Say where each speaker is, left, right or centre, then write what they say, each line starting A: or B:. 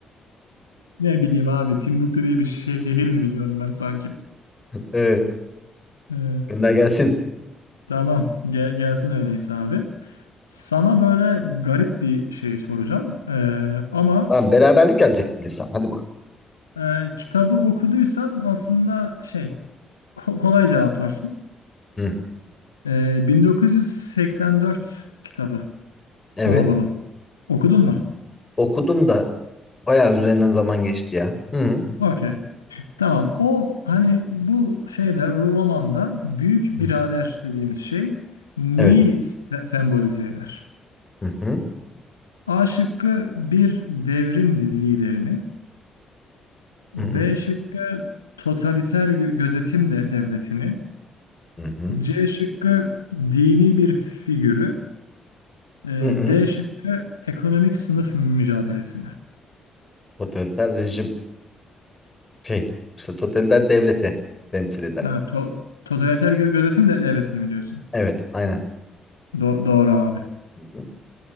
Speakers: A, on the left (about 85°); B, on the left (about 25°).
A: Ne bileyim abi. Timbuktu diye bir şey, şehir mi biliyorum ben sanki?
B: Evet.
A: Evet.
B: Gönder gelsin.
A: Tamam. Gel, gelsin öyleyse abi. Sana böyle garip bir şey soracağım. Ee, ama
B: Tamam beraberlik gelecek bilirsem. Hadi bakalım.
A: Ee, kitabı okuduysan aslında şey ko- kolay cevaplarsın.
B: Hı.
A: Ee, 1984 kitabı
B: Evet.
A: Orwell'ın. Okudun mu?
B: Okudum da bayağı üzerinden zaman geçti ya. Hı hı.
A: Okey. Tamam. O hani bu şeyde romanda büyük birader
B: Hı hı.
A: dediğimiz şey neyi
B: Evet.
A: se- sembolize eder?
B: Hı hı.
A: A şıkkı bir devrim liderini, B
B: Hı hı.
A: şıkkı totaliter gö- gözetim de devletini,
B: Hı hı.
A: C şıkkı dini bir figürü, Ee,
B: Hı hı.
A: D şıkkı ekonomik sınıf mücadelesini.
B: Totaliter rejim şey işte totaliter devleti temsil eder.
A: Evet, to totaliter gö- gözetim de devletini mi diyorsun?
B: Evet, aynen.
A: Do- doğru abi.
B: Hı hı.